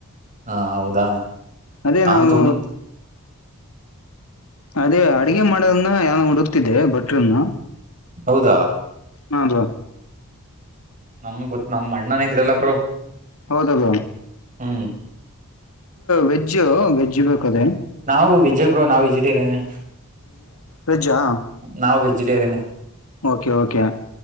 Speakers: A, on the right; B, on the left.
A: ಹಾ ಹೌದಾ
B: ಅದೇ
A: ನಾನು
B: ನಾವು
A: <unintelligible>
B: ಅದೇ ಅಡಗೆ ಮಾಡೋದನ್ನ ಯಾನು ಹುಡುಕ್ತಿದ್ದೆ ಭಟ್ರನ್ನ
A: ಹೌದಾ
B: ಹಾ ಬ್ರೋ
A: ನಮ್ ಗೊತ್ ನಮ ಅಣ್ಣನ ಇದ್ರಲ್ಲ ಬ್ರೋ
B: ಹೌದ ಬ
A: ಹ್ಞೂ
B: ವೆಜ್ಜ್ ವೆಜ್ಜ್ ಬೇಕದ
A: ನಾವು ವೆಜ್ ನಾವು ವಜಿಟೇರಿಯನ್
B: ವೆಜ್ ಆ
A: ನಾವು ವೆಜಿಟೇರಿಯನ್
B: ಓಕೆ ಓಕೆ